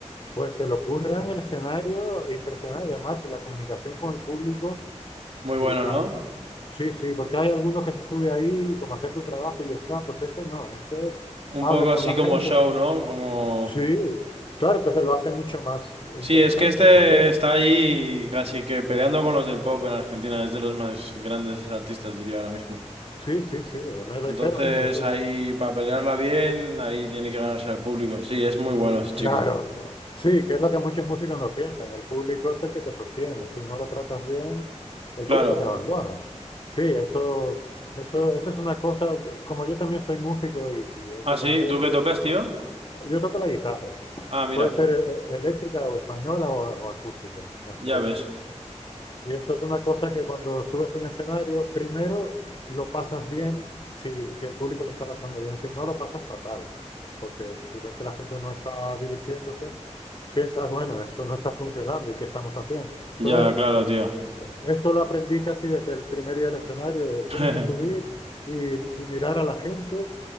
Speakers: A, on the left; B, on the right.
A: Pues se le ocurre en el escenario impresionante y además la comunicación con el público
B: Muy
A: brutal.
B: bueno, ¿no?
A: Sí, sí, porque hay algunos que se sube ahí como a hacer su trabajo y ya está. Pues este no, este
B: Un
A: habla
B: poco así
A: con la
B: como
A: gente.
B: show, ¿no? Como...
A: Sí, claro, entonces lo hace mucho más
B: Sí,
A: interesante
B: es que este
A: el concierto.
B: está ahí casi que peleando con los del pop en Argentina, es de los más grandes artistas, diría ahora mismo.
A: Sí, sí, sí, ya me lo
B: Entonces,
A: dijeron eso, eso.
B: ahí para pelearla bien, ahí tiene que ganarse al público. Sí, es muy bueno ese chico.
A: Claro, sí, que es lo que muchos músicos no piensan. El público es el que te sostiene. Si no lo tratas bien, el
B: Claro.
A: público te abandona. Sí, eso, eso, eso es una cosa. Como yo también soy músico y, y he hecho
B: Ah, sí,
A: conciertos,
B: ¿tú qué tocas, tío?
A: yo toco la guitarra.
B: Ah, mira,
A: Puede ser e- e- eléctrica o española o, o acústica, las
B: ya
A: tres.
B: ves.
A: Y eso es una cosa que cuando subes a un escenario, primero lo pasas bien si, si el público lo está pasando bien, si no lo pasas fatal, porque si ves que la gente no está divirtiéndose, piensas, bueno, esto no está funcionando y qué estamos haciendo. Entonces,
B: Ya, claro, tío.
A: eso lo aprendí casi desde el primer día del escenario, de
B: <laughs>
A: tienes que subir y, y mirar a la gente